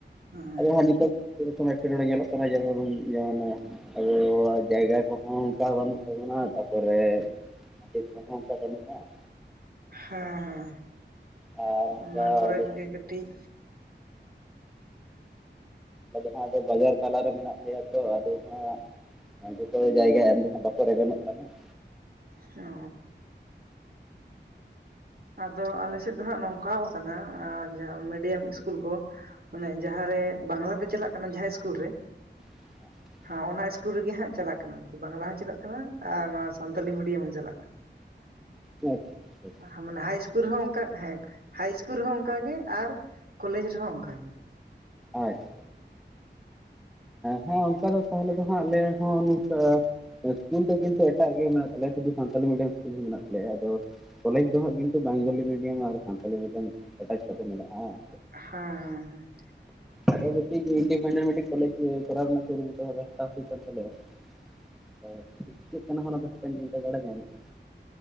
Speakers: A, on the right; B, in the centre.
A: ᱦᱮᱸ
B: ᱟᱫᱚ ᱦᱟᱸᱜ ᱱᱤᱛᱚᱜ ᱥᱮᱨᱚᱠᱚᱢ ᱮᱴᱠᱮᱴᱚᱬᱮ ᱧᱮᱞᱚᱜ ᱠᱟᱱᱟ ᱡᱮᱢᱚᱱ ᱡᱮᱢᱚᱱ- ᱟᱫᱚ ᱡᱟᱭᱜᱟ ᱠᱚᱦᱚᱸ ᱚᱱᱠᱟ ᱵᱟᱹᱱᱩᱜ ᱛᱟᱵᱚᱱᱟ ᱛᱟᱯᱚᱨᱮ, ᱢᱟᱪᱮᱫ ᱠᱚᱦᱚᱸ ᱚᱱᱠᱟ ᱵᱟᱱᱩᱜᱼᱟ ᱾
A: ᱦᱮᱸ ᱦᱮᱸ,
B: ᱟᱨ ᱚᱱᱠᱟ
A: ᱚᱱᱟ ᱠᱚᱨᱮ
B: ᱟᱞᱮ
A: ᱜᱮ ᱠᱟᱹᱴᱤᱡ
B: ᱟᱫᱚ ᱦᱟᱸᱜ ᱟᱫᱚ ᱵᱟᱡᱟᱨ ᱛᱟᱞᱟᱨᱮ ᱢᱮᱱᱟᱜ ᱞᱮᱭᱟ ᱛᱚ, ᱟᱫᱚ ᱦᱟᱸᱜ ᱡᱚᱛᱚ ᱡᱟᱭᱜᱟ ᱮᱢ ᱫᱚ ᱦᱟᱸᱜ ᱵᱟᱠᱚ ᱨᱮᱵᱮᱱᱚᱜ ᱠᱟᱱᱟ ᱾
A: ᱚ ᱾ ᱟᱫᱚ ᱟᱞᱮ ᱥᱮᱫ ᱫᱚ ᱦᱟᱸᱜ ᱱᱚᱝᱠᱟᱣ ᱟᱠᱟᱱᱟ ᱡᱟᱦᱟᱸ ᱢᱤᱰᱤᱭᱟᱢ ᱤᱥᱠᱩᱞ ᱠᱚ ᱢᱟᱱᱮ ᱡᱟᱦᱟᱸᱨᱮ ᱵᱟᱝᱞᱟᱛᱮ ᱪᱟᱞᱟᱜ ᱠᱟᱱᱟ ᱡᱟᱦᱟᱸᱭ ᱤᱥᱠᱩᱞ ᱨᱮ
B: <inaudible>
A: ᱦᱚᱸ ᱚᱱᱟ ᱤᱥᱠᱩᱞ ᱨᱮᱜᱮ ᱦᱟᱸᱜ ᱪᱟᱞᱟᱜ ᱠᱟᱱᱟ ᱟᱨᱠᱤ, ᱵᱟᱝᱞᱟ ᱦᱚᱸ ᱪᱟᱞᱟᱜ ᱠᱟᱱᱟ ᱟᱨ ᱱᱚᱣᱟ ᱥᱟᱱᱛᱟᱞᱤ ᱢᱤᱰᱤᱭᱟᱢ ᱦᱚᱸ ᱪᱟᱞᱟᱜ ᱠᱟᱱᱟ ᱾
B: ᱟᱪᱪᱷᱟ ᱾
A: ᱠᱟᱱᱟ ᱢᱟᱱᱮ ᱦᱟᱭ ᱤᱥᱠᱩᱞ ᱨᱮᱦᱚᱸ ᱚᱱᱠᱟ ᱦᱮᱸ ᱦᱟᱭ ᱤᱥᱠᱩᱞ ᱨᱮᱦᱚᱸ ᱚᱱᱠᱟ ᱜᱮ ᱟᱨ ᱠᱚᱞᱮᱡᱽ ᱨᱮᱦᱚᱸ ᱚᱱᱠᱟ ᱜᱮ ᱾
B: ᱟᱪᱪᱷᱟ ᱾ ᱦᱮᱸ ᱚᱱᱠᱟ ᱫᱚ ᱛᱟᱦᱚᱞᱮ ᱫᱚ ᱦᱟᱸᱜ ᱟᱞᱮᱭᱟᱜ ᱦᱚᱸ ᱱᱚᱝᱠᱟ ᱤᱥᱠᱩᱞ ᱫᱚ ᱠᱤᱱᱛᱩ ᱮᱴᱟᱜ ᱜᱮ ᱢᱮᱱᱟᱜ ᱛᱟᱞᱮᱭᱟ ᱥᱩᱫᱩ ᱥᱟᱱᱛᱟᱞᱤ ᱢᱤᱰᱟᱢ ᱤᱥᱠᱩᱞ ᱦᱚᱸ ᱢᱮᱱᱟᱜ ᱛᱟᱞᱮᱭᱟ, ᱟᱫᱚ ᱠᱚᱞᱮᱡᱽ ᱫᱚ ᱦᱟᱸᱜ ᱠᱤᱱᱛᱩ ᱵᱟᱝᱜᱟᱞᱤ ᱢᱤᱰᱤᱭᱟᱢ ᱟᱨ ᱥᱟᱱᱛᱟᱞᱤ ᱢᱤᱰᱤᱭᱟᱢ ᱮᱴᱟᱪ ᱠᱟᱛᱮ ᱢᱮᱱᱟᱜᱼᱟ ᱾
A: ᱦᱮᱸ ᱦᱮᱸ ᱦᱮᱸ ᱾
B: ᱟᱜᱮ ᱢᱤᱴᱤᱡ ᱤᱱᱵᱤᱯᱮᱱᱰᱮᱱᱴ ᱢᱤᱴᱤᱡ ᱠᱚᱞᱮᱡᱽ ᱤᱭᱟᱹ ᱠᱚᱨᱟᱣ ᱠᱩᱨᱩᱢᱩᱴᱩ ᱦᱟ ᱦᱟᱛᱟᱣ ᱦᱩᱭ ᱠᱟᱱ ᱛᱟᱞᱮᱭᱟ ᱾ ᱦᱚᱭ ᱪᱮᱫ ᱠᱟᱱᱟ ᱦᱟᱯᱮᱱ ᱫᱤᱱ ᱨᱮ ᱵᱟᱰᱟᱭ ᱧᱟᱢᱚᱜ-ᱟ ᱾